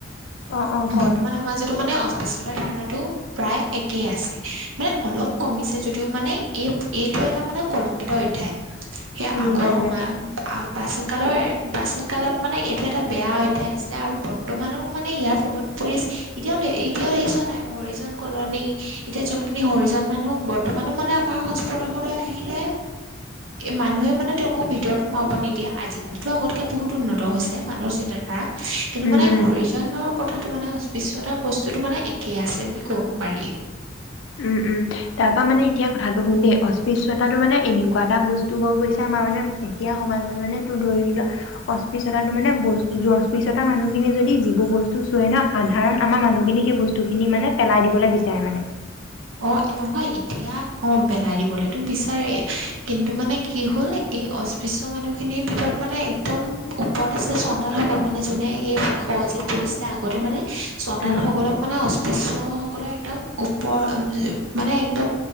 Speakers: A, on the left; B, on the right.
A: অ অ ক
B: বৰ্তমান সমাজটো মানে, বিশিতাৰ ধাৰণাটো প্ৰায় একেই আছে মানে অলপ কমিছে যদিও মানে এই এইটো এটা মানে কলংকিত অধ্যায়। সেয়া
A: উম
B: আগৰ
A: গম
B: সমাজ।
A: পাইছো।
B: প্ৰাচীন কালৰ প্ৰাচীন কালত মানে এইটো এটা বেয়া অধ্যায় আছিলে আৰু বৰ্তমানেও মানে ইয়াৰ প্ৰভাৱ পৰিছে এতিয়াও, এতিয়া দেখিছ নাই হৰিজন কলনী এতিয়া যোনখিনি হৰিজন মানুহ বৰ্তমানো মানে আমাৰ সংস্পৰ্শলৈ আহিলে মানুহে মানে তেওঁলোকৰ ভিতৰত সোমাব নিদিয়ে আজিকালিতো আগতকে বহুত উন্নত হৈছে মানুহৰ চিন্তাধাৰা, কিন্তু,
A: উম
B: মানে
A: উম
B: হৰিজনৰ, কথাটো মানে অস্পৃশ্যতাৰ বস্তু, যিটো মানে একেই আছে বুলি ক'ব পাৰি,
A: উম উম, তাৰ পা মানে এতিয়া কথাটো শুন দেই অস্পৃশ্যতাটো মানে এনেকুৱা এটা বস্তু হৈ পৰিছে মানে এতিয়া সমাজত মানে ত ধৰি লোৱা অস্পৃশ্যতাটো মানে বস্তু অস্পৃশ্যতা মানুহখিনিয়ে যদি যিবোৰ বস্তু চুৱে না সাধাৰণতে আমাৰ মানুহখিনি সেই বস্তুখিনি মানে পেলাই দিবলে বিচাৰে মানে।
B: অ নহয় এতিয়া অ পেলাই দিবলেটো বিচাৰে কিন্তু মানে কি হ'ল এই অস্পৃশ্য মানুহখিনিৰ ভিতৰত মানে একদম ওপৰত আছিলে চন্দানসকল মানে যোনে এই সহ যে পোহিছিলে আগতে মানে। চন্দানসকলক
A: উম।
B: মানে। পিছৰ সকলে একদম ওপৰ। উম মানে একদম